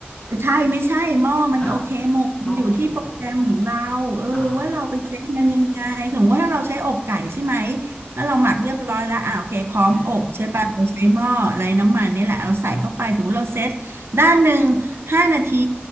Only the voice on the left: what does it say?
อ้าวหม้อโอเคเหรออ๋อ
อ่าฮะ